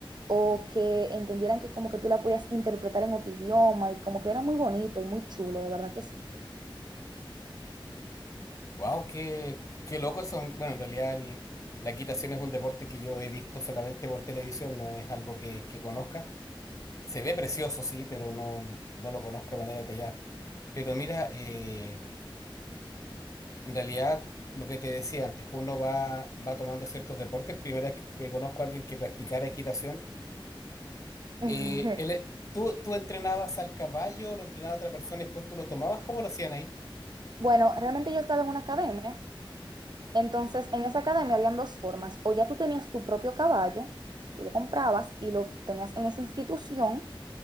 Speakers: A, on the right; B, on the left.
A: o que entendieran que como que tú la podías interpretar en otro idioma y como que era muy bonito y muy chulo, de verdad que sí.
B: Wow, qué, qué loco son. Bueno, en realidad el- la equitación es un deporte que yo he visto solamente por televisión, no es algo que, que conozca. Se ve precioso, sí, pero no, no lo conozco de manera detallada. Pero mira, eh, en realidad lo que te decía antes, uno va, va tomando ciertos deportes. Primera vez que conozco a alguien que practicara equitación
A: <laughs>
B: Eh, el- eh, ¿tú, tú entrenabas al caballo, lo entrenaba otra persona y después tú lo tomabas? ¿Cómo lo hacían ahí?
A: Bueno, realmente yo estaba en una academia, entonces en esa academia habían dos formas, o ya tú tenías tu propio caballo, tú lo comprabas y lo tenías en esa institución,